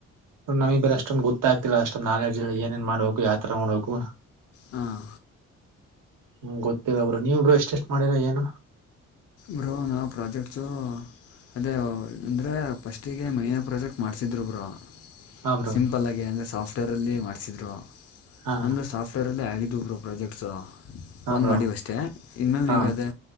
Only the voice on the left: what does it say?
ಹಾಂ
ಬ್ರೋ ನಾವು ಪ್ರಾಜೆಕ್ಟ್ಸ ಅದೇ ಅಂದ್ರೆ ಫಸ್ಟಿಗೆ ಮಹನ ಪ್ರಾಜೆಕ್ಟ್. <unintelligible> ಮಾಡ್ಸಿದ್ರು ಬ್ರೋ,
ಸಿಂಪಲ್ಲಾಗಿ ಅಂದರೆ ಸಾಫ್ಟ್ವೇರಲ್ಲಿ ಮಾಡ್ಸಿದ್ರು.
ನಮ್ದು ಸಾಫ್ಟ್ವೇರ್ ಅಲ್ಲೇ ಆಗಿದು ಬ್ರೋ ಪ್ರಾಜೆಕ್ಟ್ಸ್.
ಒಂದ್
ಮಾಡಿವಿ ಅಷ್ಟೇ ಇನ್ಮೇಲೆ
ನಿಗ ಅದೇ